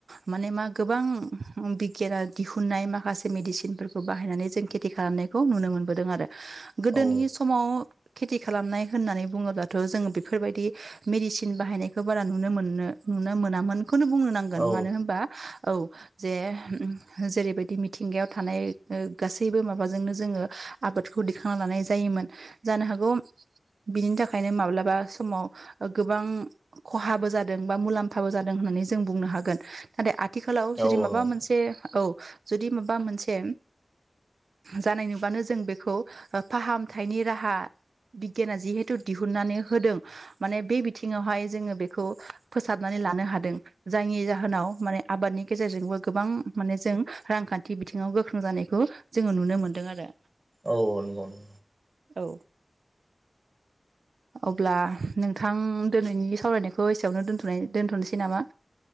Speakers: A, on the right; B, on the right.
A: माने मा गोबां बिगियाना दिहुनन्नाय माखासे मेदिसिनफोरखौ बाहायनानै जों खेथि खालामनायखौ नुनो मोनबोदों आरो। गोदोनि
B: औ
A: समाव खेथि खालामनाय होननानै बुङोब्लाथ' जोङो बेफोरबायदि मेदिसिन बाहायनायखो बारा नुनो मोन नो नुनो मोनामोन। बेखौनो बुंनो नांगोन
B: औ
A: मानो होनबा औ। जे जेरैबायदि मिथिंगायाव थानाय ओ गासैबो माबाजोंनो जोङो आबादखौ दिखांना लानाय जायोमोन जानो हागौ बिनि थाखायनो माब्लाबा समाव गोबां खहाबो जा दों बा मुलाम्फाबो जादों होननानै जों बुंनो हागोन नाथाय आ थिखालाव जुदि
B: औ
A: माबा
B: नंगौ
A: मोनसे औ। जुदि माबा मोनसे जानाय नुबानो जों बेखौ ओ फाहामथायनि राहा बिगियाना जिहेथु दिहुननानै होदों। माने बे बिथिङावहाय जोङो बेखौ फोसाबनानै लानो हादों जायनि जाहोनाव माने आबादनि गेजेरजोंबो गोबां माने जों रांखान्थि बिथिङाव गोख्रों जानायखौ जोङो नुनो मोनदों आरो।
B: औ नंगौ ।
A: औ अब्ला नोंथां दोनैनि सावरायनायखौ एसेयावनो दोनथ नाय दोनथ'नोसै नामा?